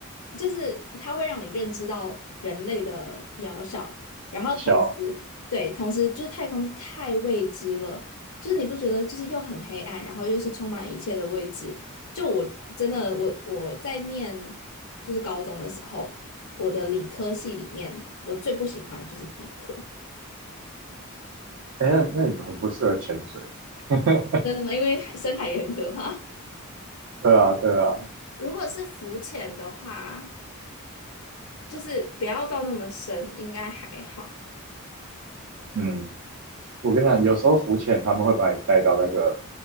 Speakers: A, on the left; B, on the right.
A: 就是它会让你认知到人类的渺小，然后同时，
B: 渺小。
A: 对，同时就是太空太未知了，就是你不觉得就是又很黑暗，然后又是充满一切的未知。就我真的，我我在念就是高中的时候，我的理科系里面，我最不喜欢的就是地科，
B: 哎，那那你很不适合潜水。<laughs>
A: <laughs> 真的吗？因为海深海也很可怕。
B: 对啊，对啊，
A: 如果是浮潜的话。就是不要到那么深，应该还好。
B: 嗯，我跟你讲，有时候浮潜他们会把你带到那个